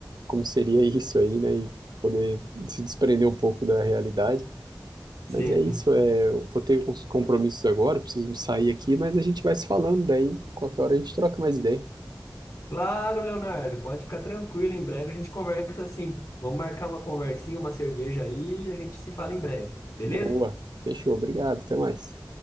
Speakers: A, on the right; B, on the left.
A: como seria <laughs> isso aí, né? E poder se desprender um pouco da realidade.
B: Sim.
A: Mas é isso, é, eu vou ter uns compromissos agora, preciso sair aqui, mas a gente vai se falando, daí qualquer hora a gente troca mais ideia.
B: Claro, Leonardo, pode ficar tranquilo. Em breve a gente conversa assim. Vamos marcar uma conversinha, uma cerveja aí e a gente se fala em breve, beleza?
A: Boa. Fechou. Obrigado. Até mais.